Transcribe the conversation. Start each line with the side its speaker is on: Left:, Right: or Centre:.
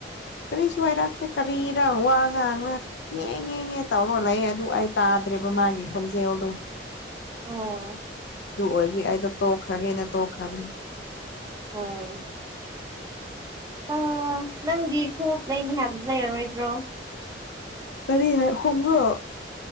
Left: ꯀꯔꯤꯁꯨ ꯍꯥꯏꯔꯛꯇꯦ ꯀꯔꯤꯔ ꯋꯥ ꯉꯥꯡꯔ ꯉꯦ ꯉꯦ ꯉꯦ ꯇꯧꯔꯣ ꯂꯩꯌꯦ ꯑꯗꯨ ꯑꯩ ꯇꯥꯗ꯭ꯔꯦꯕ ꯃꯥꯒꯤ ꯈꯣꯟꯖꯦꯜꯗꯣ
Right: ꯑꯣ꯫
Left: ꯑꯗꯨ ꯑꯣꯏꯕꯒꯤ ꯑꯩꯗꯣ ꯇꯣꯛꯈ꯭ꯔꯒꯦꯅ ꯇꯣꯛꯈ꯭ꯔꯕꯅꯤ꯫
Right: ꯑ꯫ ꯑ ꯅꯪꯗꯤ ꯈꯣꯡꯎꯞ ꯂꯩꯅꯤ ꯍꯥꯏꯕꯗꯨ ꯂꯩꯔꯔꯣꯏꯗ꯭ꯔꯣ꯫
Left: ꯀꯔꯤ ꯍꯥꯏ ꯍꯣꯡꯕ꯭ꯔ‌ꯣ